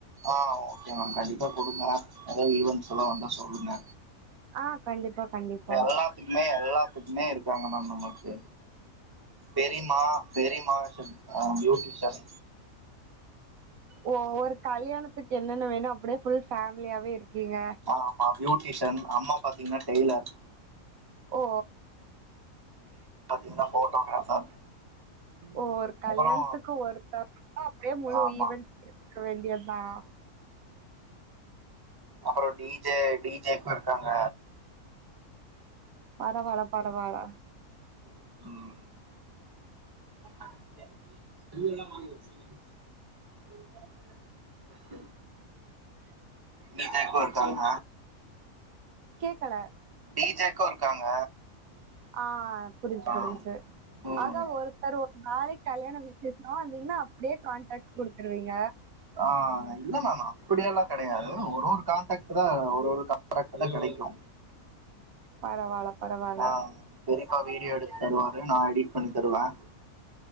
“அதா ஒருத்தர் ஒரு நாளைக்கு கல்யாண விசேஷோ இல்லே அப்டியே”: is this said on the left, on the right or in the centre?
Right